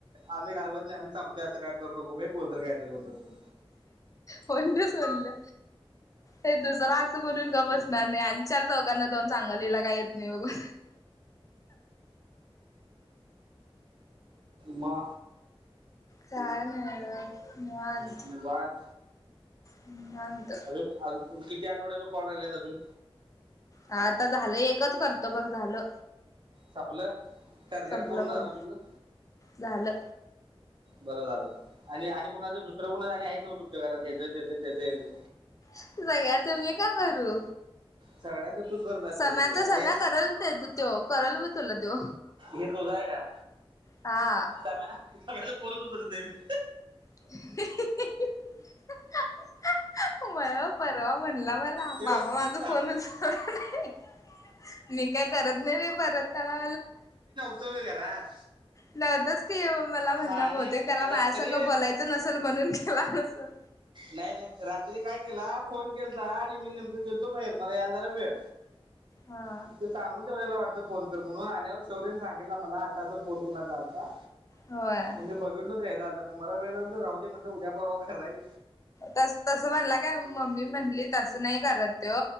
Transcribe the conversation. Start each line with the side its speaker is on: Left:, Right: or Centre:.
Right: आम्ही घालवत नाही आम्ही सांगतोय असं काय करू नको बाई कोण तर काय तर म्हणंल म्हणून
Left: कोण गं सोललं हे दुसरा म्हणून गप्प बसणार नाही आणि चार चौघांना जाऊन सांगंल हिला काय येत नाही बघ
Right: मा
Left: काय नाही निवांत
Right: निवांत
Left: हम्म निवांत
Right: अजून किती आठवड्याच कोण राहिलाय अजून
Left: ह आता झालं एकच करतो बघ झालं
Right: संपलं टार्गेट
Left: संपलं
Right: पूर्ण
Left: भाऊ
Right: झालं तुझ
Left: झालं
Right: बरं झालं आणि- आणि कुणाचं दुसरं कुणाचं आणि हायत नव तुमच्या घरात हेचं तेजं तेजं हेजं
Left: सगळ्याच मी का करू
Right: सगळ्यांचं तूच करत असतेस
Left: सम्याचा
Right: की आता
Left: सम्या
Right: हे
Left: करंल तेज तो करंल ब तुला तो
Right: ये तुझं हाय काय
Left: हा
Right: त तम्या तम्याचा फोनंच उचलत नाही मी
Left: <unintelligible> परवा म्हणला मला
Right: तेव्हा-
Left: मामा माझा फोन उचलत मी काय करत नाही बाई परत त्याला
Right: तो बि घरात
Left: नव्हतच की मला म्हणला
Right: हा आणि
Left: बहुतेक त्याला
Right: रात्री
Left: मायासंघ बोलायच नसंल म्हणून केला नसंल
Right: नाही नाही रात्री काय केला फोन केलता आणि मी नेमकं गेलतो बाहेर मला यायला झाला वेळ
Left: हा
Right: ठीके सांगून ठेवलेला वाटतं फोन कर म्हणून आल्यावर शौर्यने सांगितला मला अस अस फोन कुणाचा आलता
Left: होय
Right: मग मी बघितलो तर हेचा आलता मग मला वेळ झाल्ता राहूदे म्हटलं उद्या परवा कराय येईल
Left: तस तसं म्हणला काय मम्मी म्हणली तसं नाही करत त्यो